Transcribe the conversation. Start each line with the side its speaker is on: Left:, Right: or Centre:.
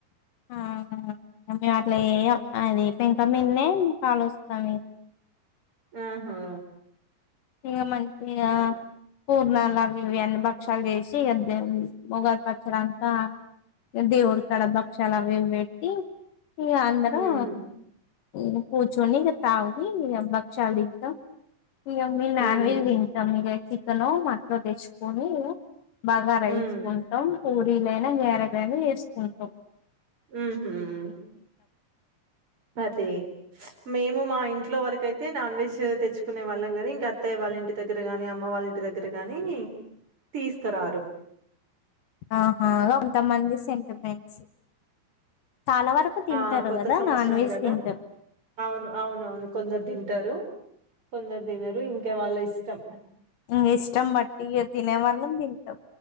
Left: ఆ హ మేము అట్లా చెయ్యం అది పెంకా మిన్నే కాలుస్తాం
Right: ఆహా
Left: ఇగ మం ఇగా
Right: అ
Left: పూర్ణాలవి ఇవి అన్ని భక్షాలు చేసి ఇగా దేవున్ది మొగాది పచ్చడంతా ఇగ దేవుడు కడ భక్షాలవి ఇవి పెట్టి ఈ గ అందరం
Right: హ్మ్
Left: ఈ కూచోని ఇగ తాగి ఇగ బక్షలు తింటం ఇగ మీ నాన్వెజ్
Right: హ్మ్
Left: తింటాం ఇగ చిక్ కనో మటనో తెచ్చుకొని ఇగ బాగా రైస్కుంటాం
Right: హ్మ్
Left: పూ వీలైనా వేరగానే వేసుకుంటాం
Right: ఉహుం అది మేము మా ఇంట్లో వరకుయితే నాన్ వెజ్ తెచ్చుకునే వాళ్ళం కానీ ఇంకా అత్తాయ్య వాళ్ళ ఇంటి దగ్గర కానీ అమ్మ వాళ్ళ ఇంటి దగ్గర కానీ తీసుకరారు
Left: ఆహా అంతమంది సెంటిమెంట్స్ చాలా వరకు తింటారు
Right: ఆ కొత్త
Left: కదా
Right: సంవత్సరంగాదా
Left: నాన్ వెజ్ తింటారు
Right: అవును అవునువును కొందరు ది ట రు కొందరు తినరు ఇంకా వాళ్ళ ఇస్ స్టమ్
Left: ఉమ్ ఇష్టం బట్టిగా తినేవల్ అనందింతం